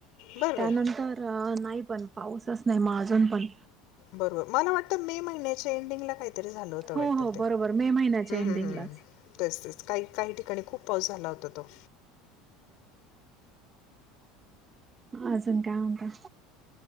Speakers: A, on the left; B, on the right.
A: बरं बरं
B: त्यानंतर नाही पण पाऊसच नाही मग अजून पण
A: बरोबर मला वाटतं मे महिन्याच्या एंडिंगला काहीतरी झालं होतं
B: हो
A: वाटत
B: हो
A: ते.
B: बरोबर मे महिन्याच्या
A: हम्म
B: एंडिंगलाच
A: हम्म हम्म तेच तेच काही काही ठिकाणी खूप पाऊस झाला होता तो.
B: अजून काय म्हणता